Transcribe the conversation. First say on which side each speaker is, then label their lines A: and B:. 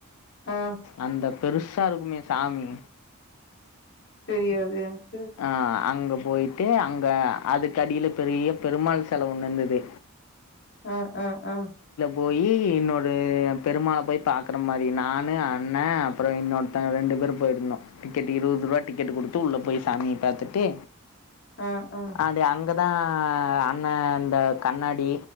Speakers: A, on the left; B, on the left.
A: ஆ
B: அந்த பெருசாருக்குமே சாமி
A: தெரியாது எனக்
B: அ அங்க போய்ட்டு அங்க அதுக்கடில பெரிய பெருமாள் செல ஒண்ணிந்தது
A: அ அ அ
B: போயி இன்னோரு பெருமாள போய் பாக்குற மாரி நானு அண்ணே அப்றோ இன்னொரு தங்க ரெண்டு பேரு போயிருந்தோ டிக்கெட் இருவது ரூபா டிக்கெட்டு குடுத்து உள்ள போய் சாமிய பாத்துட்டே
A: ஆ ஆ
B: அப்டியே அங்க கதா அண்ணே அந்த கண்ணாடி